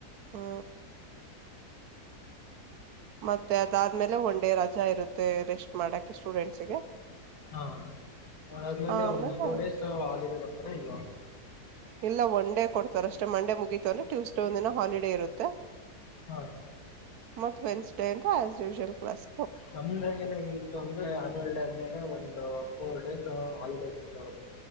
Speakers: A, on the right; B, on the left.
A: ಹ್ಮ ಮತ್ತೆ ಅದಾದ್ಮೇಲೆ ಒನ್ ಡೇ ರಜಾ ಇರುತ್ತೆ ರೆಸ್ಟ್ ಮಾಡಕ ಸ್ಟೂಡೆಂಟ್ಸ್ ಗೆ
B: ಹಾ ಅದಾದ್ಮೇಲೆ
A: ಆಮೇಲೆ
B: ಒಂದ್ ಟೂ ಡೇಸ್ ಹಾಲಿಡೇ ಬರ್ತಾರೆ ಇಲ್ಲವ
A: ಇಲ್ಲ ಒನ್ ಡೇ ಕೊಡ್ತಾರ್ ಅಷ್ಟೇ ಮಂಡೇ ಮುಗೀಿತು ಅಂದ್ರೆ ಟ್ಯೂಸ್ಡೇ ಒಂದ ದಿನ ಹಾಲಿಡೇ ಇರುತ್ತೆ
B: ಹ
A: ಮತ್ತ ವೆನ್ಸ್ಡೇ ಇಂದ ಅಸುಶುಯಲ್ ಕ್ಲಾಸ್
B: ನಮಾಗನ ಹೆಂಗಿತ್ತು ೊಂದ್ರೆ ಆನ್ಯಲ್ ಡೇ ಆದ್ಮೇಲೆ ಒಂದು ಫೋರ್ ಡೇಸ್ ಹಾಲಿಡೇ ಬರದು